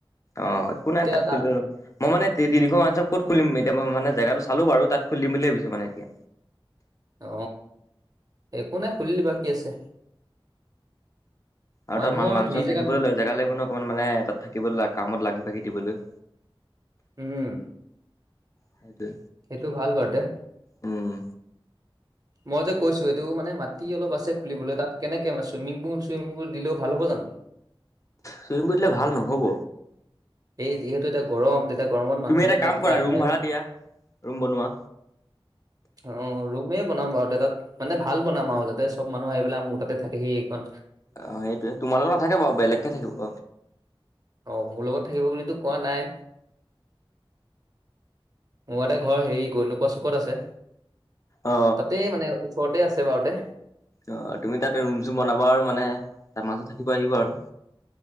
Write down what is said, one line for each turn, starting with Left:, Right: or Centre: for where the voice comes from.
Left: অ একো
Right: এতিয়া
Left: নাই তাত
Right: তা
Left: খুলিব পাৰি, মই মানে তি তিনিখন ৱাইন চপ ক'ত খুলিম এতিয়া মই মানে জেগাটো চালো বাৰু তাত খুলি দিম বুলি ভাবিছো মানে এতিয়া
Right: অ একো নাই খুলি লবা কি আছে
Left: আৰু
Right: মানুহৰ
Left: তাত মানুহ
Right: ভিৰ
Left: চানুহ
Right: জেগাত
Left: থাকিবলে জেগা লাগিব ন অকমান মানে তাত থাকিব লে কামত লাগি লাগি দিবলৈ
Right: উম
Left: সেইটোৱে
Right: সেইটো ভাল বাৰ দে
Left: উম
Right: মই যে কৈছো এইটো মানে মাটি অলপ আছে খুলিবলে তাত কেনেকে মানে চুইমিং পুল চুইমিং পুল দিলে ভাল হ'ব জানো <unintelligible>
Left: চুইমিং পুল দিলে ভাল নহ'ব
Right: এই যিহেতু এটা গৰম তেতিয়া গৰমত মানুহবিলাক
Left: তুমি এটা
Right: তাত
Left: কাম কৰা
Right: যে আহে
Left: ৰুম ভাড়া দিয়া ৰুম বনোৱা
Right: অ ৰুমে বনাম বাৰু তাত মানে ভাল বনাম আৰু যাতে চব মানুহ আহি পেলাই মোৰ তাতে থাকে সি এইখন
Left: অ সেইটোৱে তোমাৰ লগত নাথাকে বাৰু বেলেগকে থাকিব
Right: অ' মোৰ লগত থাকিব বুলিতো কোৱা নাই মোৰ এটা ঘৰ হেৰি গৈ নোপোৱা চুকত আছে
Left: অ
Right: তাতে মানে ওচৰতে আছে বাৰুতে
Left: অ তুমি তাত ৰুম চুম বনাবা আৰু মানে মানুহ থাকিব আহিবা আৰু